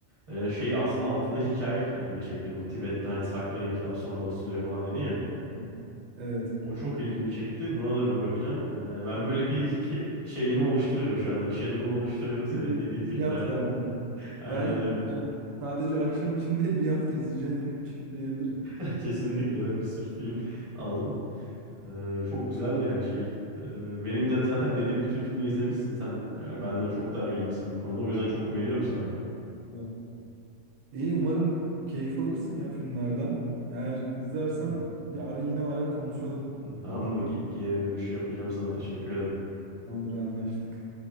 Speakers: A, on the right; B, on the right.
A: Ee, şey aslında altındaki hikaye ilgimi çekti. Bu Tibet'te hani saklanıyor kitap sonra basılıyor falan dedin ya.
B: Evet. Evet.
A: O çok ilgimi çekti. Buna da bir bakacağım. Ee, ben böyle bir <laughs> şeyimi oluşturuyorum şu an. Hani schedule'umu oluşturuyorum senin
B: Külli-
A: dediğin filmlerden.
B: Külliyat verdim.
A: <laughs> Aynen
B: Belki
A: öyle.
B: ama sadece akşam için değil bir hafta izleyeceğim film çıktı diyebiliriz.
A: <laughs> Kesinlikle evet bir sürü film aldım. Ee, çok güzeldi yani şey. Ee, benim de zaten dediğim bütün filmleri izlemişsin sen. Ee, benden çok daha bilgilisin bu konuda. O yüzden çok güveniyorum sana.
B: Evet. İyi umarım keyif alırsın ya filmlerden. Eğer izlersen
A: Hı
B: yarın yine ara konuşalım.
A: hı. Tamamdır.
B: Haber
A: Ge- Geri dönüş yapacağım sana. Teşekkür ederim.
B: tamamdır anlaştık.